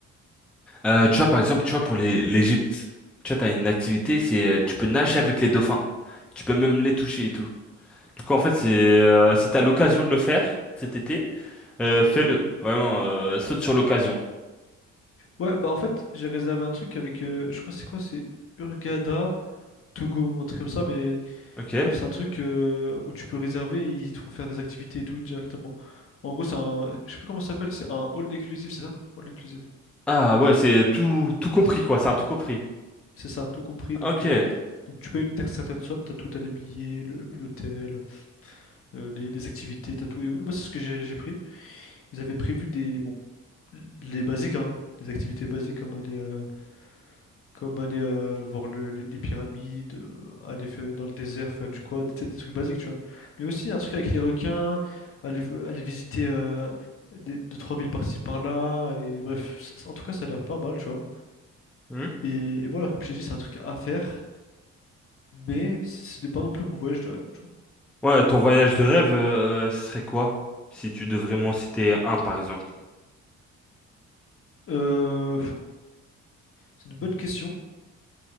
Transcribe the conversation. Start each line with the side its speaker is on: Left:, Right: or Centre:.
Centre: Euh, tu vois, par exemple, tu vois, pour les l'Égypte, tu vois, t'as une activité, c'est euh, tu peux nager avec les dauphins. Tu peux même les toucher et tout. Du coup, en fait, c'est euh, si t'as l'occasion de le faire cet été, euh, fais-le. Vraiment, euh, saute sur l'occasion.
Left: Ouais, bah en fait, j'ai réservé un truc avec, euh, je crois que c'est quoi, c'est Urgada to go, un truc comme ça, mais
Centre: Ok.
Left: bref, c'est un truc euh, où tu peux réserver, ils te font faire des activités et tout directement. En gros, c'est un, je sais plus comment ça s'appelle, c'est un all inclusive, c'est ça? All inclusive.
Centre: Ah ouais, c'est tout, tout compris quoi, c'est un tout compris.
Left: C'est ça, tout compris, donc,
Centre: Ok.
Left: euh, donc tu payes une ter- certaine somme, t'as tout, t'as les billets, le- l'hôtel, euh, les, les activités, t'as tout. Et moi, c'est ce que j'ai j'ai pris. Ils avaient prévu des, bon, les basiques, hein, les activités basiques comme aller euh, Comme aller euh, voir le- les les pyramides, euh, aller faire- dans le désert, faire du quad, tu sais, des trucs basiques, tu vois. Mais aussi un truc avec les requins, aller, v- aller visiter euh, des- deux, trois villes par-ci par-là, et bref, ça- ça- en tout cas, ça a l'air pas mal, tu vois.
Centre: Hmm.
Left: Et, et voilà, comme je t'ai dit, c'est un truc à faire, mais ce n'est pas non plus mon voyage de rêve, tu vois.
Centre: Ouais, ton voyage de rêve, euh, ce serait quoi? Si tu devrais m'en citer un par exemple.
Left: Euh, c'est une bonne question.